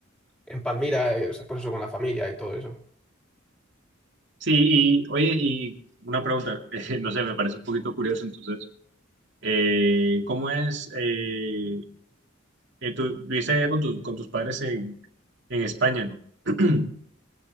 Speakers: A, in the centre; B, on the right (about 60°).
A: en Palmira, eh, o sea, pues eso, con la familia y todo eso.
B: Sí, y oye, y una pregunta, <laughs> eh, no sé, me parece un poquito curioso, entonces, eh, ¿cómo es? Eh, eh, tú viviste allá con, tus con tus padres en, en España, ¿no? <clears throat>